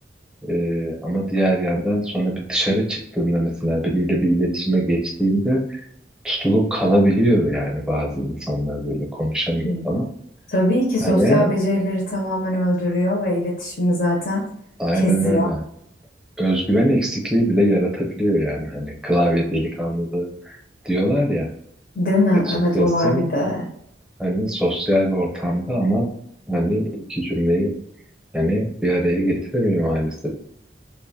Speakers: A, in the centre; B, on the left.
A: e, ama diğer yandan sonra bir dışarı çıktığında mesela biriyle bir iletişime geçtiğinde tutulup kalabiliyor yani bazı insanlar böyle konuşamıyor
B: Hı.
A: falan.
B: Tabii ki sosyal
A: Hani
B: becerileri tamamen öldürüyor ve iletişimi zaten
A: aynen
B: kesiyor.
A: öyle. Özgüven eksikliği bile yaratabiliyor yani hani klavye delikanlısı diyorlar ya
B: Değil mi?
A: açıkçası
B: Evet o var bir de.
A: hani sosyal ortamda ama hani iki cümleyi Yani bir araya getiremiyor maalesef.